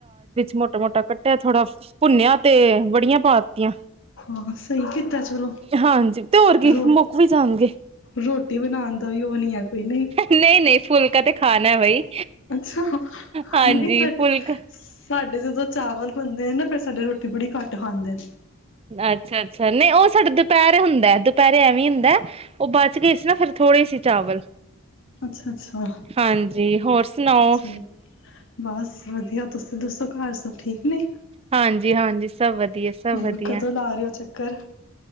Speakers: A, on the right; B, on the left.
A: ਮੋਟਾ ਮੋਟਾ ਕੱਟਿਆ ਥੋੜਾ ਭੁੰਨਿਆ ਤੇ ਬੜੀਆਂ ਪਾ ਦਿੱਤੀਆਂ।
B: ਹਾਂ ਸਹੀ ਕੀਤਾ ਚਲੋ,
A: ਹਾਂਜੀ ਤੇ ਹੋਰ ਕੀ
B: ਰੋ
A: ਮੁੱਕ ਵੀ ਜਾਣਗੇ।
B: ਰੋਟੀ ਬਣਾਉਣ ਦਾ, ਨੀ ਉਹ ਨਹੀਂ ਹੈ। ਕੋਈ ਨਹੀਂ,
A: ਨਹੀਂ-ਨਹੀਂ ਫੁਲਕਾ ਤੇ ਖਾਣਾ ਬਈ
B: ਅੱਛਾ,
A: ਹਾਂਜੀ
B: ਨਹੀਂ ਸਾਡੇ
A: ਫੁਲਕਾ
B: ਸਾਡੇ ਜਦੋਂ ਚਾਵਲ ਬੰਦੇ ਨਾ ਫਿਰ ਸਾਡੇ ਰੋਟੀ ਬੜੀ ਘੱਟ ਖਾਂਦੇ ਨੇ
A: ਅੱਛਾ-ਅੱਛਾ, ਨਹੀਂ ਉਹ ਸਾਡਾ ਦੁਪਹਿਰ ਹੁੰਦਾ ਦੁਪਹਿਰੇ ਐ ਨੀ ਹੁੰਦਾ, ਉਹ ਬਚ ਗਏ ਸੀ ਨਾ ਫਿਰ, ਥੋੜੇ ਸੀ ਚਾਵਲ,
B: ਅੱਛਾ ਅੱਛਾ
A: ਹਾਂਜੀ ਹੋਰ ਸੁਣਾਓ।
B: ਚਲੋ ਬਸ ਵਧੀਆ ਤੁਸੀਂ ਦੱਸੋ ਘਰ ਸਭ ਠੀਕ ਨੇ?
A: ਹਾਂਜੀ-ਹਾਂਜੀ, ਸਭ ਵਧੀਆ ਸਭ
B: ਹੋਰ
A: ਵਧੀਆ,
B: ਕਦੋਂ ਲਾ ਰਹੇ ਹੋ ਚੱਕਰ